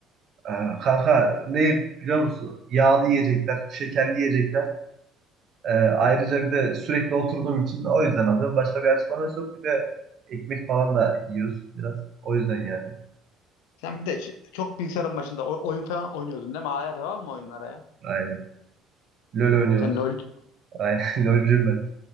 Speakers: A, on the right (about 50°); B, on the left (about 70°).
A: Ee, kanka ne biliyor musun? Yağlı yiyecekler, şekerli yiyecekler. Ee, ayrıca bir de sürekli oturduğum için o yüzden alıyorum. Başka bir açıklaması yok. Bir de ekmek falan da yiyoruz biraz. O yüzden yani.
B: Sen bir de ç- çok bilgisayarın başında o- oyun falan oynuyordun değil mi? Hala devam mı oyunlara ya?
A: Aynen. LoL oynuyoruz.
B: Sen LoL
A: Aynen <laughs> LoL'cuyum ben.